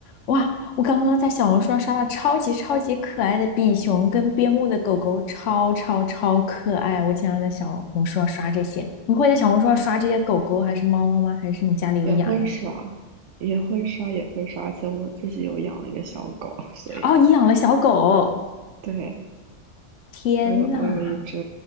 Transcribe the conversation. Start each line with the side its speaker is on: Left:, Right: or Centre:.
Left: 哇，我刚刚在小红书上刷到超级超级可爱的比熊跟边牧的狗狗，超超超可爱！我经常在小红书上刷这些。你会在小红书上刷这些狗狗还是猫猫吗？还是你家里有养呀？
Right: 也会刷，也会刷，也会刷，而且我自己有养一个小狗，<laughs> 所以
Left: 哦，你养了小狗，
Right: 对
Left: 天呐，
Right: 我有我有一只